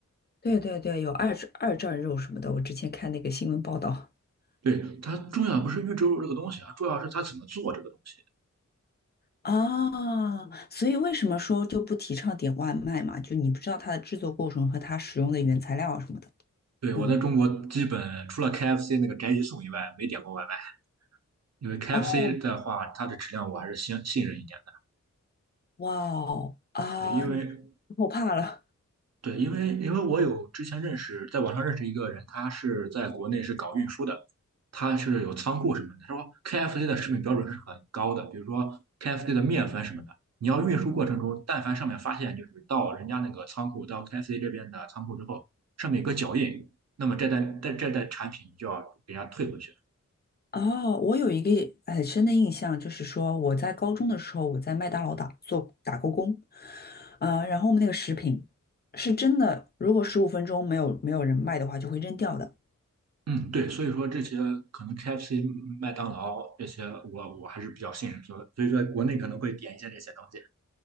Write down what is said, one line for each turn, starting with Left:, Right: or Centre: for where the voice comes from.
Left: 对对对，有二二战肉什么的，我之前看那个新闻报道。
Right: 对，它重要不是预制肉这个东西啊，重要是它怎么做这个东西。
Left: 啊，所以为什么说就不提倡点外卖嘛？就你不知道它的制作过程和它使用的原材料什么的。
Right: 对，我在中国基本除了
Left: 嗯，
Right: KFC 那个宅急送以外，没点过外卖，因为 KFC
Left: 哦，
Right: 的话，它的质量我还是信信任一点的。
Left: 哇哦，啊，
Right: 对，因为
Left: 你我怕了。
Right: 对，因为因为我有之前认识，在网上认识一个人，他是在国内是搞运输的，他是有仓库什么的。他说 KFC 的食品标准是很高的，比如说 KFC 的面粉什么的，你要运输过程中，但凡上面发现就是到人家那个仓库，到 KFC 这边的仓库之后，上面有个脚印，那么这单这这单产品就要给人家退回去。
Left: 哦，我有一个很深的印象，就是说我在高中的时候，我在麦当劳打做打过工，呃，然后我们那个食品是真的，如果十五分钟没有没有人卖的话，就会扔掉的。
Right: 嗯，对，所以说这些可能 KFC、麦当劳这些我，我还是比较信任，所以所以说国内可能会点一些这些东西。